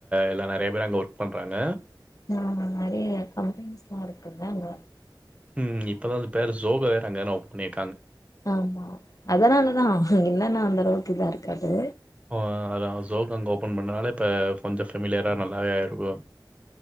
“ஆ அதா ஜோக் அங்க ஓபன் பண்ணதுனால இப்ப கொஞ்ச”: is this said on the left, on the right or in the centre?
Right